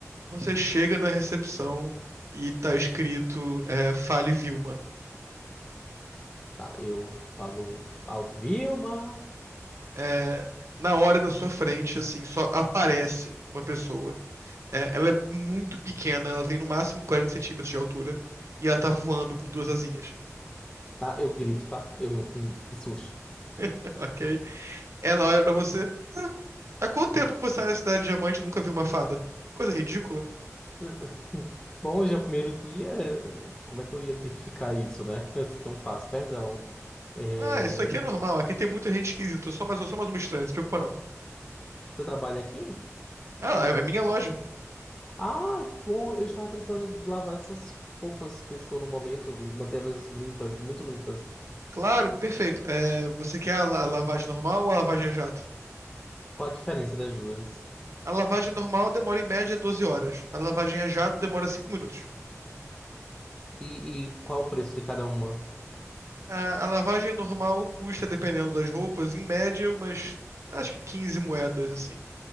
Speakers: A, on the right; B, on the left.
A: Você chega na recepção e tá escrito é, Fale Vilma.
B: Tá, eu falo alto, Vilma.
A: É, na hora, na sua frente, assim, só aparece uma pessoa. É, ela é muito pequena, ela tem no máximo 40 centímetros de altura. E ela tá voando com duas asinhas,
B: Tá, eu grito, tá? Eu, hum, de susto.
A: <laughs> ok? Ela olha pra você. "Ah, há quanto tempo que você tá na Cidade de Diamante e nunca viu uma fada? Que coisa ridícula.
B: <laughs> Bom, hoje é o primeiro dia. Como é que eu ia identificar isso, né? <laughs> É tão fácil, perdão. É,
A: Ah, isso aqui é normal. Aqui tem muita gente esquisita. Eu sou mais, eu sou mais uma estranha, não se preocupa não.
B: Você trabalha aqui?
A: Ah, é, é minha loja.
B: Ah, que bom. Eu estava precisando lavar essas roupas que eu estou no momento, mantê-las limpas, muito limpas.
A: Claro, perfeito. É, você quer a la- a lavagem normal ou a lavagem a jato?
B: Qual a diferença das duas?
A: A lavagem normal demora em média 12 horas. A lavagem a jato demora 5 minutos.
B: E, e qual o preço de cada uma?
A: A, a lavagem normal custa, dependendo das roupas, em média umas, acho que 15 moedas, assim.